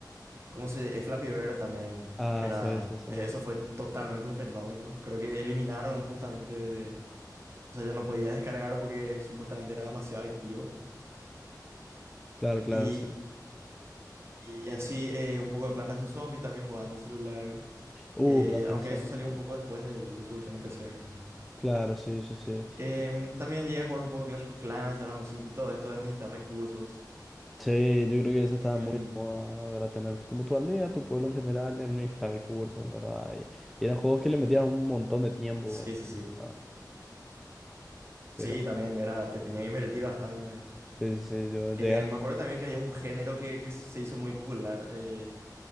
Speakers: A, on the right (about 35°); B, in the centre.
A: ¿cómo se? eh, Flappy Bird también
B: Ah,
A: era,
B: sí, sí, sí.
A: eh, eso fue totalmente un fenómeno. Creo que eliminaron justamente, de- o sea, yo no podía descargar porque supuestamente era demasiado adictivo.
B: Claro, claro,
A: Y,
B: sí.
A: y así eh, un poco de Plantar sus Zombies también jugaban en el celular.
B: Uh,
A: Eh,
B: plantas
A: aunque
B: de salmas.
A: eso salió un poco después del- de, su versión en PC, ¿verdad? ¿verdad?
B: Claro, sí, sí, sí.
A: Em,
B: Eh,
A: también llegué a jugar un poco Clash of Clans, Dragon City, todo esto de administrar recursos.
B: Sí, yo creo que eso estaba muy
A: Em,
B: de moda, ¿verdad? Tener tu- como tu aldea, tu pueblo en general, y administrar recursos, ¿verdad? Y, y eran juegos que le metías un montón de tiempo.
A: sí, sí, sí.
B: ¿verdad?
A: Sí,
B: Pero,
A: también era, te tenía que invertir bastante.
B: sí, sí, sí, yo llegué
A: Eh,
B: a...
A: me acuerdo también que había un género que, que se hizo muy popular, eh,